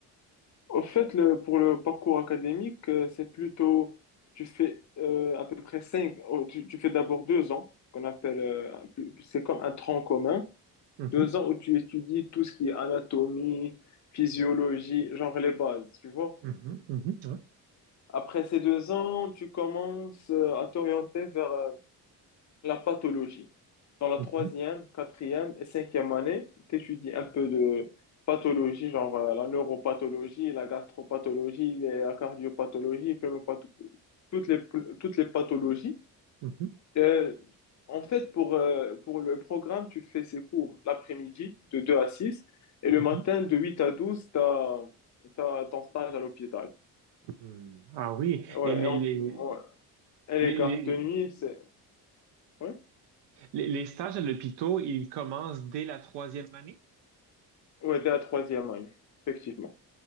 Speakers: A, on the left; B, on the right.
A: Au fait, le, pour le parcours académique, euh, c'est plutôt, tu fais euh, à peu près cinq, oh, tu, tu fais d'abord deux ans, qu'on appelle, euh, un plus- c'est comme un tronc commun,
B: Mhm,
A: deux ans où tu étudies tout ce qui est anatomie, physiologie, genre les bases, tu vois.
B: mhm, mhm, ouais,
A: Après ces deux ans, tu commences euh, à t'orienter vers euh, la pathologie. Dans la
B: mhm,
A: troisième, quatrième et cinquième année, tu étudies un peu de pathologie, genre euh, la neuropathologie, la gastropathologie, les- la cardiopathologie, pneumopath- toutes les, toutes les pathologies.
B: mhm,
A: Euh, en fait, pour, euh, pour le programme, tu fais ces cours l'après-midi de 2 à 6 et le
B: mhm.
A: matin de 8 à 12 tu as, ton stage à l'hôpital.
B: Hmm. Ah oui,
A: Ouais,
B: et les,
A: et, on-
B: les,
A: ouais. Et les
B: les,
A: gardes
B: les,
A: de nuit, c'est ouais,
B: les- les stages à l'hôpital, ils commencent dès la troisième année?
A: ouais, dès la troisième année, effectivement.